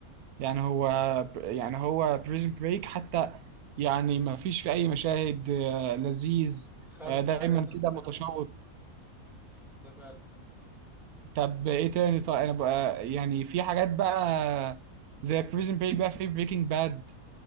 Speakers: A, on the right (about 85°); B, in the centre.
A: يعني
B: كنت
A: هو يعني هو بريزن بريك حتى يعني ما فيش في اي مشاهد آه، لذيذ
B: خارج
A: آه، دايما
B: يا سنة
A: كده متشوق
B: ده فعلا
A: طب ايه تاني طيب انا بقى يعني في حاجات بقى زي بريزن بريك بقى في بريكنج باد